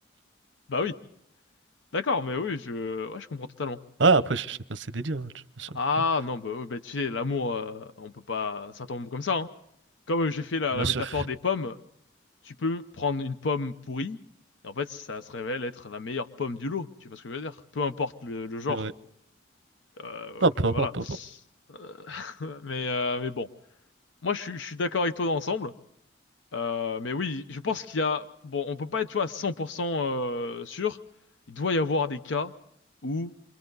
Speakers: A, on the left; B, on the right.
A: Bah oui. D'accord, mais oui, je, ouais, je comprends totalement.
B: Ah, après, ch- chacun ses délires, hein, tu- bien sûr,
A: Ah
B: toujours.
A: non, bah, oui, bah, tu sais, l'amour, euh, on peut pas, ça tombe comme ça. hein. Comme euh, j'ai fait la,
B: Bien
A: la métaphore
B: sûr,
A: des pommes, tu peux prendre une pomme pourrie, et en fait, ça se révèle être la meilleure pomme du lot. Tu vois ce que je veux dire? Peu importe le, le genre.
B: c'est vrai.
A: Euh,
B: Non, peu
A: voilà.
B: importe, peu importe.
A: Euh, <laughs> mais, euh, mais bon. Moi, je suis, je suis d'accord avec toi dans l'ensemble. Euh, mais oui, je pense qu'il y a... Bon, on peut pas être, tu vois, à 100% euh, sûr. Il doit y avoir des cas où